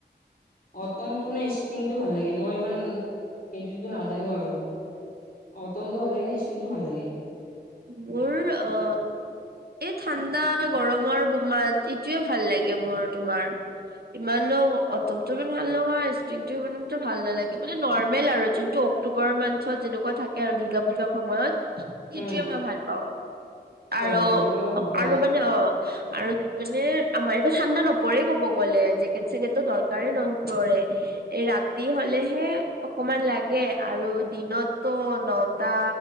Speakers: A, on the left; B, on the right.
A: অটমটো নে স্প্ৰিংটো ভাল লাগে মই ইমান সেটোতো নাজানো আৰু অতমটো ভাল লাগে নে স্পিৰিংটো ভাল লাগে
B: মোৰ অহ এই ঠাণ্ডা গৰমৰ মাত এইটোৱে ভাল লাগে মোৰ তোমাৰ ইমানো অটম টো ইমান ভাল নহয় ষ্ট্ৰিং টো ইমান ভাল নালাগে মানে নৰ্মেল আৰু যোনটো অক্টোবৰ মানচত যেনেকুৱা থাকে আৰু দুৰ্গা পুজাৰ সময়ত
A: উম,
B: সেইটোৱে মই ভাল পাওঁ আৰ
A: অ' দুৰ্গা পূজা
B: আৰু মানে অ আৰু মানে আমাৰ এইটো ঠাণ্ডা নপৰে কব গ'লে জেকেট চেকেটটো দৰকাৰে নপৰে এ ৰাতি হলেহে অকমান লাগে আৰু দিন ত নটা